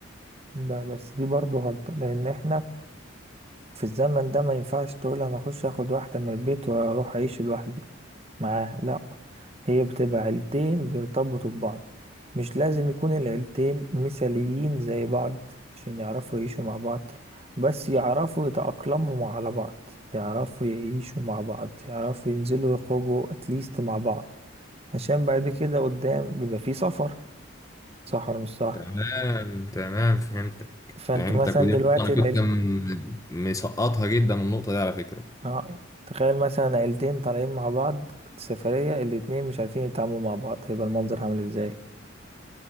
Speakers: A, on the right (about 30°); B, on the left (about 15°).
A: ده بس دي برضه غلطه لان احنا في الزمن ده ما ينفعش تقول انا اخش اخد واحده من البيت واروح اعيش لوحدي معاه لا هي بتبقى عيلتين بيرتبطوا ببعض مش لازم يكون العيلتين مثاليين زي بعض عشان يعرفوا يعيشوا مع بعض بس يعرفوا يتأقلموا مع- على بعض يعرفوا يعيشوا مع بعض يعرفوا ينزلوا يخرجوا اتليست مع بعض عشان بعد كده قدام بيبقى فيه سفر صح ولا مش صح
B: تمام تمام فهمتك
A: فانت
B: فهمتك
A: مثلا
B: ودي
A: دلوقتي
B: نقطة انا
A: العيلت
B: كنت م- مسقطها جدا النقطة دي على فكرة
A: اه تخيل مثلا عيلتين طالعين مع بعض سفرية الاتنين مش عارفين يتعاملوا مع بعض هيبقى المنظر عامل ازاي